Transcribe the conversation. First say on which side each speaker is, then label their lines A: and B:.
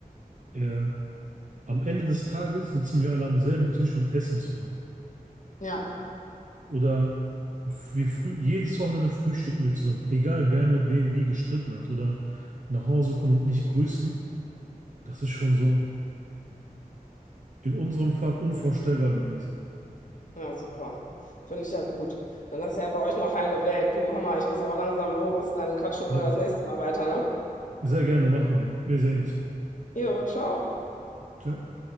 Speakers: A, on the right; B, on the left.
A: Ja. Am Ende des Tages sitzen wir alle am selben Tisch und essen zusammen.
B: ja,
A: Oder wie früh, jedes Wochenende frühstücken wir zusammen. Egal, wer mit wem wie gestritten hat oder nach Hause kommen und nicht grüßen. Das ist schon so in unserem Fall unvorstellbar gewesen.
B: ja, super. Finde ich ja gut. Dann ist ja bei euch noch heile Welt. Du, hör mal, ich muss auch langsam los. Dann quatschen
A: Ja,
B: wir das nächste Mal weiter, ne?
A: sehr gerne machen wir. Wir sehen uns.
B: Jo, ciao.
A: Ciao.